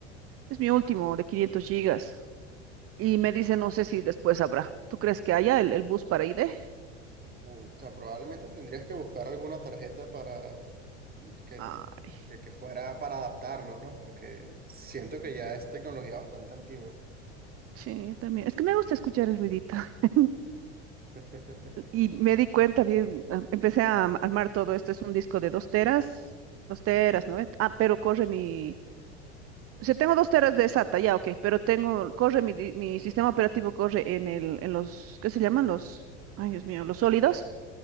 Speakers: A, on the right; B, on the right.
A: Es mi último de 500 gigas. Y me dice, no sé si después habrá. ¿Tú crees que haya el, el bus para ID?
B: O sea, probablemente tendrías que buscar alguna tarjeta para que
A: Ay,
B: que, que fuera para adaptarlo, ¿no? Porque siento que ya es tecnología bastante antigua.
A: sí, también. Es que me gusta escuchar el ruidito. <laughs>
B: <laughs>
A: Y me di cuenta bien, ah, empecé a am- armar todo esto. Es un disco de dos teras, dos teras, ¿no? ve? Ah, pero corre mi... O sea, tengo dos teras de SATA, ya, ok, pero tengo, corre mi, di- mi sistema operativo, corre en el, en los, ¿qué se llaman? Los, ay, Dios mío, los sólidos,